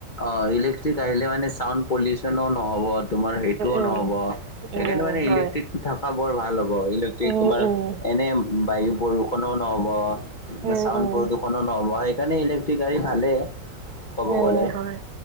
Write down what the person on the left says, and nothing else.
অ ইলেক্ট্ৰিক আহিলে মানে চাউণ্ড পলিউচনো নহব তোমাৰ সেইটোও
নহব সেইকাৰণে
মানে
ইলেক্ট্ৰিক থকা বৰ ভাল হ'ব ইলেক্ট্ৰিক
তোমাৰ
এনে বায়ু প্ৰদূষণো নহব
চাউণ্ড
প্ৰদূষণো নহ'ব সেইকাৰণে ই গাড়ী ভালেই ক'ব
গ'লে